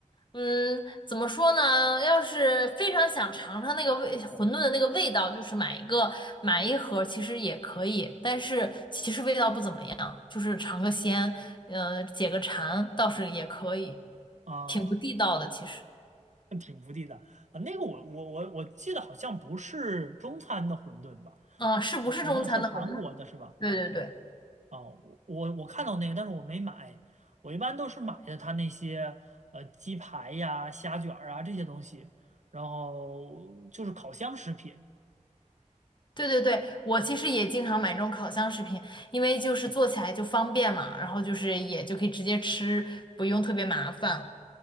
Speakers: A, on the left; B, on the right.
A: 嗯，怎么说呢？要是非常想尝尝那个味，馄饨的那个味道，就是买一个买一盒，其实也可以，但是其实味道不怎么样，就是尝个鲜，呃，解个馋倒是也可以，
B: 啊，
A: 挺不地道的其实。
B: 挺不地道啊。那个我我我我记得好像不是中餐的馄饨吧，
A: 嗯、是不是中餐的馄饨？
B: 啊好像是韩国的是吧？
A: 对对对
B: 啊啊，我我我看到那个，但是我没买。我一般都是买的他那些呃鸡排呀、虾卷儿啊这些东西，然后就是烤箱食品。
A: 对对对，我其实也经常买这种烤箱食品，因为就是做起来就方便嘛，然后就是也就可以直接吃，不用特别麻烦。